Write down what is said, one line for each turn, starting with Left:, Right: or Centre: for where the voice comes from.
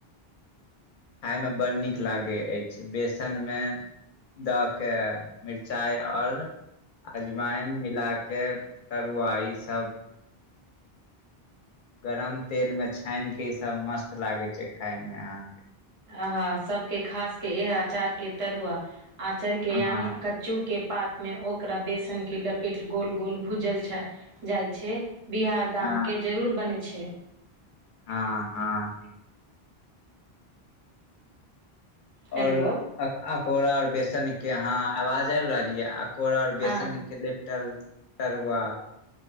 Left: खाायमे बड़ नीक लागै अछि बेसन मे दऽ के मिरचाइ आओर अजमाइन मिला के तरुआ ई सब गरम तेल में छानि के इ सब मस्त लागे छै खाय में अहाँके
Right: अह सबके खास के इहे अचार के तरुआ आँचार के
Left: हँ
Right: यानि कच्चू के पात में ओकरा बेसन के लपेट गोल गोल भूजल जाइ छै बियाह दान
Left: हँ
Right: के जरूर बनै छै
Left: हँ हँ
Right: हेलो
Left: और अकोड़ा और बेसन के आहा आवाज आब रहल ये कोरा आर
Right: हँ
Left: बेसनक के लिपटल तरुआ